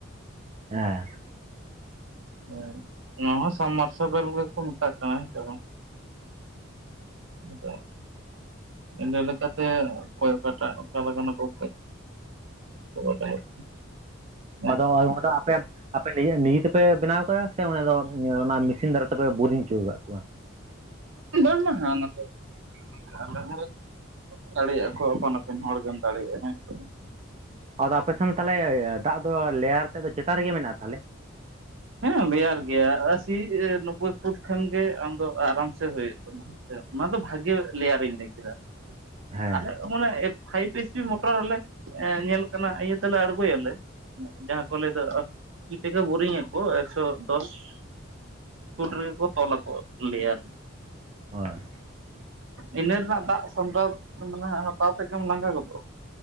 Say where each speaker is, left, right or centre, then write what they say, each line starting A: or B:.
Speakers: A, on the right; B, on the right.
A: ᱦᱮᱸ,
B: ᱦᱮᱸ ᱚᱱᱟ ᱦᱚᱸ ᱥᱟᱢᱢᱟᱨᱥᱟᱵᱮᱞ ᱜᱮᱠᱚ ᱢᱮᱛᱟᱜ ᱠᱟᱱᱟ ᱦᱮᱸ ᱥᱮ ᱵᱟᱝ᱾ ᱱᱤᱛᱚᱜ, ᱮᱸᱰᱮ ᱞᱮᱠᱟᱛᱮ ᱚᱠᱚᱭ ᱚᱠᱟᱴᱟᱜ ᱚᱠᱟ ᱞᱮᱠᱟ ᱵᱟᱠᱳ ᱵᱟᱲᱟᱭᱮᱫ᱾ <unintelligible>
A: ᱟᱫᱚ ᱚᱜ-ᱚᱭ ᱵᱷᱚᱰᱟ ᱟᱯᱮ <inaudible> ᱟᱯᱮ ᱱᱤᱡ ᱱᱤᱡᱮ ᱛᱮᱯᱮ ᱵᱮᱱᱟᱣ ᱠᱟᱫᱟ ᱥᱮ ᱚᱱᱟᱸ ᱫᱚ ᱚᱱᱟ ᱢᱮᱥᱤᱱ ᱫᱟᱨᱟᱭ ᱛᱮᱯᱮ ᱵᱳᱨᱤᱝ ᱦᱚᱪᱚ ᱟᱠᱟᱫ ᱠᱚᱣᱟ?
B: <inaudible> ᱟᱞᱮ ᱦᱚᱸ ᱫᱟᱲᱮᱭᱟᱜᱼᱟ ᱠᱚ ᱟᱯᱟᱱ ᱟᱹᱯᱤᱱ ᱦᱚᱲ ᱜᱮᱢ ᱫᱟᱲᱮᱭᱟᱜᱼᱟ ᱦᱮᱸᱥᱮ᱾
A: ᱟᱫᱚ ᱟᱯᱮᱥᱮᱱ ᱛᱟᱦᱚᱞᱮ ᱫᱟᱜ ᱫᱚ ᱞᱮᱭᱟᱨ ᱛᱮᱫ ᱫᱚ ᱪᱮᱛᱟᱱ ᱨᱮᱜᱮ ᱢᱮᱱᱟᱜᱼᱟ ᱛᱟᱦᱚᱞᱮ?
B: ᱦᱮᱸ ᱞᱮᱭᱟᱨ ᱜᱮᱭᱟ ᱟᱥᱤ <unintelligible> ᱤᱭᱟᱹ ᱱᱳᱵᱵᱳᱭ <unintelligible> ᱯᱷᱩᱴ ᱠᱷᱟᱱ ᱜᱮ ᱟᱢᱫᱚ ᱟᱨᱟᱢ ᱥᱮ ᱦᱩᱭᱩᱜ ᱛᱟᱢᱟ᱾ ᱦᱮᱥᱮ ᱚᱱᱟ ᱫᱚ ᱵᱷᱟᱜᱤ ᱞᱮᱭᱟᱨᱤᱧ ᱞᱟᱹᱭ ᱠᱮᱫᱟ
A: ᱦᱮᱸ
B: ᱟᱞᱮ ᱢᱟᱱᱮ ᱯᱷᱟᱭᱤᱵ <unintelligible> ᱮᱥ ᱯᱤ ᱢᱚᱴᱚᱨ ᱨᱮᱞᱮ ᱧᱮᱞ ᱠᱟᱱᱟ ᱤᱭᱟᱹ ᱛᱮᱞᱮ ᱟᱬᱜᱚᱭᱟᱞᱮ ᱡᱟᱦᱟᱸ ᱠᱚ ᱞᱟᱹᱭ ᱫᱚ ᱛᱤ ᱛᱮᱜᱮ ᱵᱳᱨᱤᱝ ᱟᱠᱚ ᱾ ᱠᱚ ᱮᱠᱥᱚ ᱫᱚᱥ <unintelligible> ᱯᱷᱩᱴ ᱨᱮᱠᱚ ᱛᱚᱞᱟ ᱠᱚ ᱞᱮᱭᱟᱨ᱾
A: ᱦᱳᱭ,
B: ᱤᱱᱟᱹ ᱨᱮᱱᱟᱜ ᱫᱟᱜ ᱥᱟᱢᱴᱟᱣ ᱢᱟᱱᱮ ᱦᱟᱛᱟᱣ ᱛᱮᱜᱮᱢ ᱞᱟᱸᱜᱟ ᱜᱚᱫᱚᱜᱼᱟ᱾